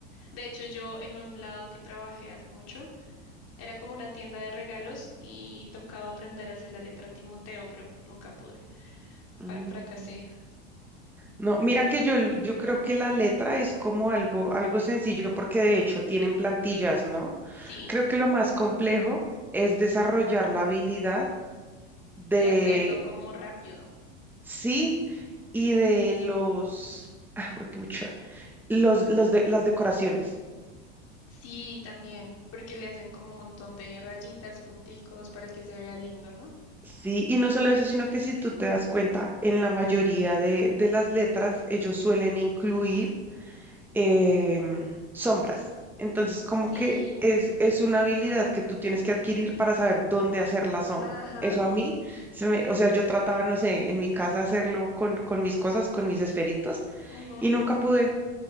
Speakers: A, on the left; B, in the centre.
A: De hecho, yo en un lado que trabajé hace mucho, era como una tienda de regalos y tocaba aprender a hacer la letra Timoteo, pero nunca pude. Fa-
B: Mm.
A: fracasé.
B: No, mira que yo, l- yo creo que la letra es como algo, algo sencillo porque de hecho tienen plantillas, ¿no?
A: Sí,
B: Creo que lo más complejo es desarrollar la habilidad de
A: de hacerlo como rápido.
B: sí y de los, ah, juepucha, los, los de, las decoraciones.
A: Sí, también, porque le hacen como un montón de rayitas, punticos para que se vea lindo, ¿no?
B: Sí, y no solo eso, sino que si tú te das cuenta, en la mayoría de, de las letras ellos suelen incluir em, sombras. Entonces, como
A: Sí,
B: que es, es una habilidad que tú tienes que adquirir para saber dónde hacer la sombra.
A: ajá,
B: Eso a mí, se me, o sea, yo trataba, no sé, en mi casa hacerlo con, con mis cosas, con mis esferitos,
A: ujú.
B: y nunca pude.